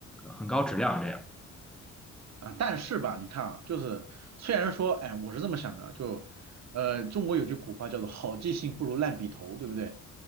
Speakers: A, in the centre; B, on the right.
A: 很高质量这样。
B: 啊，但是吧，你看啊，就是虽然说，哎，我是这么想的，就呃，中国有句古话叫做好记性不如烂笔头，对不对？